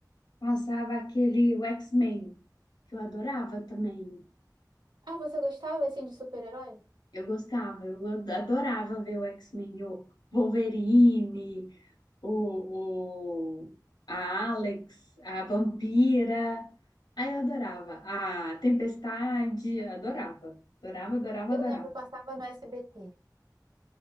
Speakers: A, on the left (about 85°); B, on the right (about 85°).
A: passava aquele o X-Men, que eu adorava também.
B: Ah, você gostava assim de super-herói?
A: Eu gostava, eu ad- adorava ver o X-Men, o Wolverine, o, o- a Alex, a Vampira. Aí eu adorava. A Tempestade, adorava. Adorava, adorava,
B: Eu
A: adorava.
B: lembro, passava no SBT.